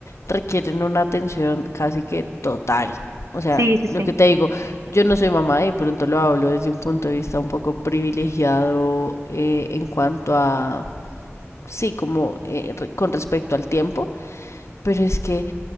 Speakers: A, on the left (about 70°); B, on the right (about 85°).
A: requieren una atención casi que total. O sea,
B: Sí, sí,
A: lo
B: sí.
A: que te digo, yo no soy mamá y de pronto lo hablo desde un punto de vista un poco privilegiado eh, en cuanto a, sí, como eh, re- con respecto al tiempo, pero es que